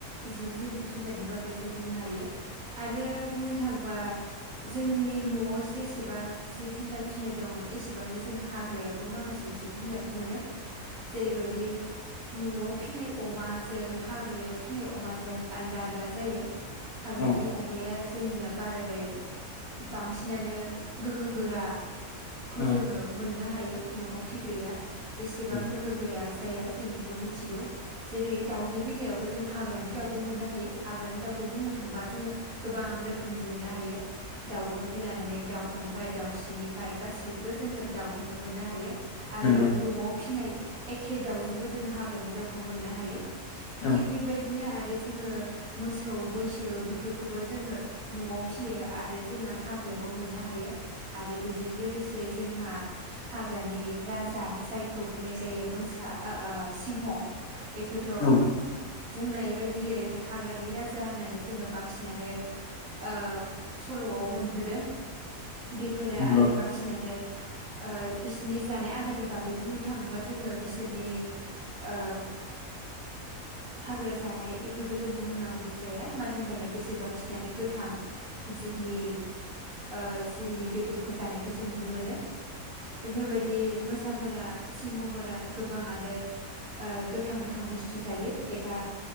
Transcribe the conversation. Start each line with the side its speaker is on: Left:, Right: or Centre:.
Right: जिबब जुनारनि बागै जों बुंनो हायो आरो बुंनो थांबा जोंनि न'आव जेसेबां जिब जुनार फिनाय दङ एसेबांनो जों हाग्रायावबो माखासे जिब जुनारफोर मोनो जेरैबायदि न'आव फिसिनाय अमा जों हाग्रायाव फिसिनाय अमाजों आलदा आलदा जायो हाग्रानि
Left: औ
Right: अमाया जोंनिया बारादाय बांसिनानो गोहो गोरा खौ
Left: नंगौ
Right: जोङो मोननो हायो न'आव फिग्राया एसेबां
Left: औ
Right: गोहो जाया जों बेखौ मिथिगौ जेरै दाउनि बेलायावबो जों हाग्रानि दाउबो मोननो हायो हाग्रानि दाउखौ बुंनो थांबा जोङो गोबां रोख रोखोमनि मोननो हायो। दाउबनिफ्राय लानानै दाउ दखानिफ्राय दाउस्रिनिफ्राय गासिब जोङो दाउखौनो मोनो। नो हायो। आरो
Left: नंगौ औ नंगौ
Right: न'आव फिनाय। एखे दाउजोंबो जोङो हाग्रानि दाउखौ मोननो हायो।
Left: औ
Right: थिग बेबायदिनो आरो। आरो जोङो मोसौ मैसो बेफोरखौबो जोङो न'आव फिसियो आरो जोङो हाग्रायावबो मोननो हायो आरो बेजों लोगोसे जोंहा हाग्रानि राजा जायखौ बुंनाय जाय जायो मोसा आ आ सिंह। एखौथ'।
Left: औ
Right: बुंनाय बायदियै हाग्रानि राजा होननानै जोङो बांसिनानो ओ सल'आव मोनबोदों। बेफोरो
Left: नंगौ औ नंगौ औ नंगौ
Right: आरो
Left: औ
Right: बांसिनानो। ओ बिसिनि जानाय आदारनि बागै बुंनो थाङोबा जों जोङो बिसोरनि ओ हाग्रा जानाय बेफोरखौ जों बुंनांगौ जाया मानो होनबाना बिसोर बांसिनानो गोथां जिबबि। ओ जिबिनि बेदरखौ जानायखौ जों नुनो मोनो बेफोर बाय बिदि मोसाफोरा। गोबाङानो ओ गोथां गोथां बुस्थु जायो एबा